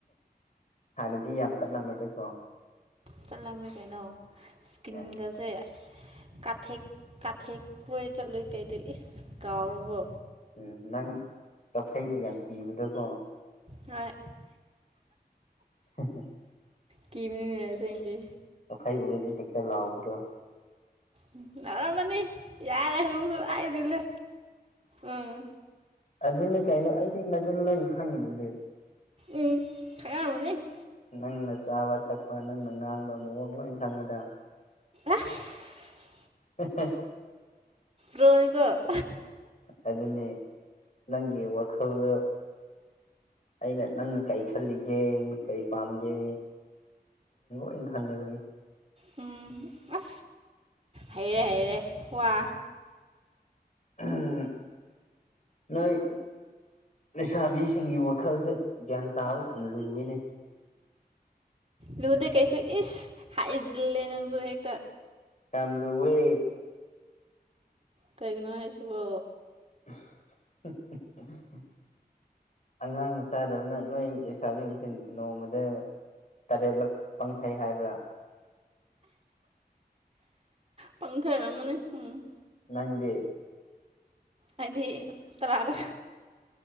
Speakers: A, on the left; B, on the right.
A: ꯍꯥꯟꯅꯗꯤ ꯌꯥꯝ ꯆꯠꯂꯝꯃꯦꯗꯀꯣ
B: ꯆꯠꯂꯝꯃꯦ ꯀꯩꯅꯣ ꯏꯁ꯭ꯀꯤꯟꯒꯁꯦ
A: ꯌꯥꯏ
B: ꯀꯥꯊꯦꯛ ꯀꯥꯊꯦꯛꯄ ꯆꯠꯂꯨꯏ ꯀꯩꯗꯣ ꯏꯁ ꯀꯥꯎꯔꯕꯣ
A: ꯎꯝ ꯅꯪ ꯀꯐꯩꯕꯨ ꯌꯥꯝ ꯀꯤꯕꯗꯀꯣ
B: ꯍꯣꯏ
A: ꯍ ꯍꯣ
B: ꯀ ꯃꯤꯅꯤꯅꯦꯁꯦꯡꯒ
A: ꯑꯐꯩ ꯎꯔꯗꯤ ꯍꯦꯛꯇ ꯂꯥꯎꯕꯗꯣ
B: ꯎꯝ ꯌꯥꯎꯔꯝꯃꯅꯤ ꯌꯥꯔꯦ ꯑꯗꯨꯅꯨꯡꯁꯨ ꯑꯩꯁꯤꯂ ꯎꯝ
A: ꯑꯗꯨꯅ ꯀꯩꯅꯣ ꯑꯩꯗꯤ ꯅꯒꯨꯟ ꯂꯣꯏ ꯈꯪꯉꯤꯗꯨꯗꯤ
B: ꯎꯝ ꯊꯥꯏꯔ ꯃꯅꯦ
A: ꯅꯪꯅ ꯆꯥꯕ ꯊꯛꯄ ꯅꯪꯅ ꯉꯥꯡꯕ ꯃꯑꯣꯡ ꯂꯣꯏ ꯈꯪꯉꯤꯗ
B: ꯑꯁ
A: ꯎꯦ
B: ꯔꯣꯅꯤꯀ
A: ꯑꯗꯨꯅꯤ ꯅꯪꯒꯤ ꯋꯥꯈꯜꯗꯨ ꯑꯩꯅ ꯅꯪꯅ ꯀꯔꯤ ꯈꯜꯂꯤꯒꯦ ꯀꯩ ꯄꯥꯝꯒꯦ ꯁꯤꯡ ꯈꯪꯅꯦꯕ
B: ꯎꯝ ꯑ ꯍꯩꯔꯦ ꯍꯥꯏꯔꯦ ꯋꯥ
A: ꯎꯝ ꯅ ꯂꯩꯁꯥꯕꯤꯁꯤꯡꯒꯤ ꯋꯥꯈꯜꯁꯦ ꯒ꯭ꯌꯥꯟ ꯇꯥꯕ ꯌꯥꯝꯅ ꯂꯨꯕꯅꯤ
B: ꯂꯨꯗ ꯀꯩꯁꯨ ꯏꯁ ꯍꯥꯏ ꯏꯁꯤꯜꯂꯦ ꯅꯪꯁꯨ ꯍꯦꯛꯇ
A: ꯀꯝꯗꯨꯨꯋꯦ
B: ꯀꯥꯏꯒꯤꯅ ꯍꯥꯏꯁꯤꯕ
A: <unintelligible> ꯑꯉꯥꯡ ꯃꯆꯥꯗꯧꯅ ꯅꯣꯏ ꯂꯩꯁꯥꯕꯤꯁꯦ ꯅꯣꯡꯃꯗ ꯇꯔꯦꯠꯂꯛ ꯄꯪꯊꯩ ꯍꯥꯏꯕ꯭ꯔꯥ
B: ꯄꯥꯡꯊꯔꯝꯃꯅꯦ ꯎꯝ
A: ꯅꯪꯗꯦ
B: ꯍꯥꯏꯗꯤ ꯇꯔꯥꯔ